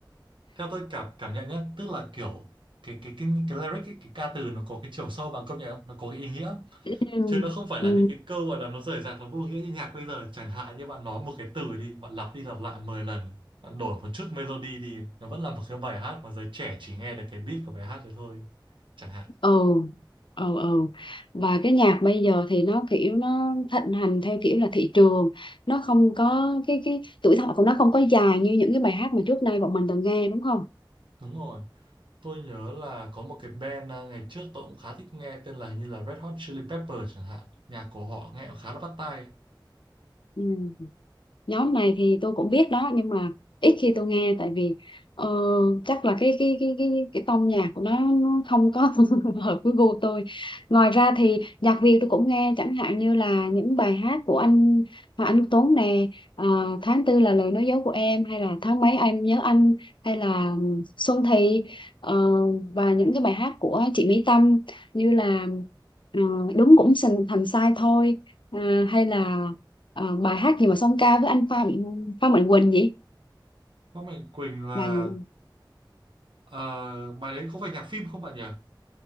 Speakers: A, on the right (about 75°); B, on the left (about 75°).
A: Theo tôi cảm cảm nhận nhá, tức là kiểu cái cái cái cái lyric cái, cái ca từ nó có cái chiều sâu bạn công nhận không? Nó có cái ý nghĩa
B: ừ
A: chứ nó không phải
B: ừ
A: là những cái câu gọi là nó rời rạc nó vô nghĩa như nhạc bây giờ. Chẳng hạn như bạn nói một cái từ đi, bạn lặp đi lặp lại 10 lần, bạn đổi một chút melody đi, nó vẫn là một cái bài hát mà giới trẻ chỉ nghe được cái beat của bài hát đấy thôi. Chẳng hạn.
B: ừ ừ ừ và cái nhạc bây giờ thì nó kiểu nó thịnh hành theo kiểu là thị trường nó không có cái cái tuổi thọ của nó không có dài như những cái bài hát mà trước nay bọn mình từng nghe đúng không
A: Đúng rồi. Tôi nhớ là có một cái band à, ngày trước tôi cũng khá thích nghe tên là hình như là Red Hot Chili Pepper chẳng hạn. Nhạc của họ nghe cũng khá là bắt tai.
B: ừ nhóm này thì tôi cũng biết đó nhưng mà ít khi tôi nghe tại vì ờ, chắc là cái cái cái cái cái tông nhạc của nó, nó không có <laughs> hợp với gu tôi ngoài ra thì nhạc Việt tôi cũng nghe chẳng hạn như là những bài hát của anh Hoàng Anh Tuấn nè ờ, tháng tư là lời nói dối của em hay là tháng mấy em nhớ anh hay là Xuân Thị ờ, và những cái bài hát của chị Mỹ Tâm như là ờ, đúng cũng thành thành sai thôi à, hay là ờ, bài hát gì mà song ca với anh Pha Mạnh Pha Mạnh Quỳnh vậy
A: Có Mạnh Quỳnh là
B: bài gì
A: ờ, bài đấy có phải nhạc phim không bạn nhỉ?